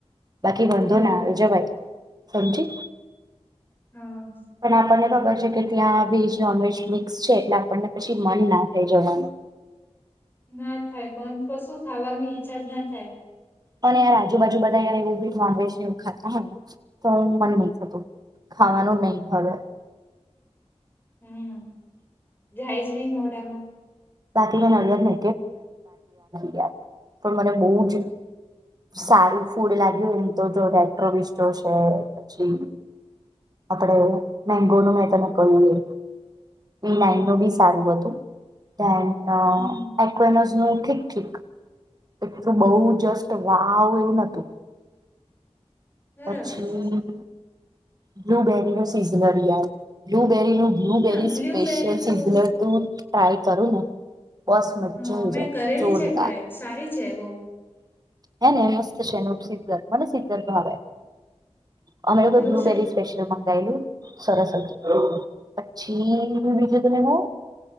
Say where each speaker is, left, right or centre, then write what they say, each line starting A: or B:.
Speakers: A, on the right; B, on the left.
A: બાકી વાંધો
B: હમ
A: ના આવે જવાય સમજી‌.
B: હાં.
A: અને આપણને ખબર છે કે ત્યાં વેજ નોનવેજ મિક્સ છે એટલે આપણને પછી મન ના થાય જવાનું.
B: ના થાય મન તો શું ખાવાની ઈચ્છા જ ના થાય.
A: અને યાર આજુબાજુ બધા યાર એવું બી નોનવેજને એવુ ખાતા હોય ને તો ઉં મન નઈ થતું ખાવાનું જ નઈ ભાવે.
B: હમ જાય જ નહી મોઢામાં
A: બાકી <unintelligible> રાખી ગ્યા પણ મને બઉ જ સારું ફૂડ લાગ્યું ને એમ તો જો રેટ્રો વિસ્ટો છે પછી આપડે મેંગોનું મેં તને કહ્યુ એ બી નાઈન
B: હા
A: નું બી સારું હતું. ધેન અ
B: હમ
A: એકવેનોઝનું ઠીક ઠીક એટલું બઉ જસ્ટ વાવ એવું નતું
B: બરાબર
A: પછી
B: છે
A: બ્લુબેરી સીઝનર યાર બ્લુબેરી નું બ્લુબેરી
B: ના બ્લ્યુબેરી
A: સ્પેશિયલ સિઝનર
B: તો
A: દું ટ્રાય કરું ને બસ મત
B: અ
A: જઈ
B: મેં
A: જાય
B: કરેલી
A: જોરદાર
B: છે ટ્રાય સારી છે બહુ.
A: હે ને મસ્ત છે એનું સિઝલર મને સિધર્ભાવ અમે લોકો
B: એવું
A: કો બ્લુબેરી
B: છે?
A: સ્પેશલ મંગાયેલું સરસ હતું. પછી બીજે તમે હુ